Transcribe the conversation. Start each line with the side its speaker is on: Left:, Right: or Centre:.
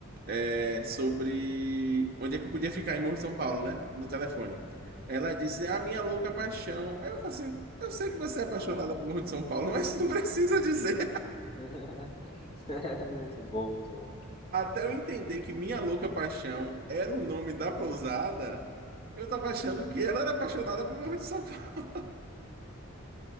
Right: é, sobre onde é que eu podia ficar em Morro de São Paulo, né? No telefone.
Left: <laughs>
Right: Ela disse, a minha louca paixão. Aí eu falei assim, eu sei que você é apaixonada por Morro de São Paulo, mas <laughs> não precisa dizer
Left: Muito bom, muito bom.
Right: Até eu entender que Minha Louca Paixão era o nome da pousada, eu tava achando que ela era apaixonada por Morro de São Paulo.